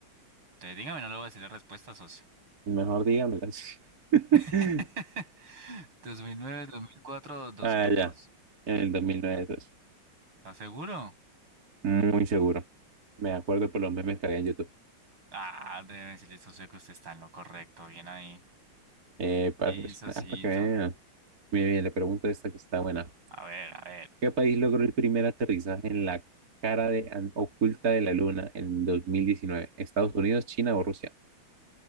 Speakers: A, on the right; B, on the right.
A: Entonces, dígame, no le voy a decir la respuesta, socio.
B: Mejor dígamelas. <laughs>
A: <laughs> 2009, 2004, 2002.
B: Ah, ya. En el 2009 eso es.
A: ¿Estás seguro?
B: Muy seguro. Me acuerdo por los memes que había en YouTube.
A: Ah, debe decirle, socio, que usted está en lo correcto. Bien ahí.
B: Eh, pa-
A: Y,
B: pues,
A: socito.
B: ah, para, hasta que vean. Bien, bien, le pregunto esta que está buena.
A: A ver, a ver.
B: ¿Qué país logró el primer aterrizaje en la cara de, an- oculta de la luna en 2019? ¿Estados Unidos, China o Rusia?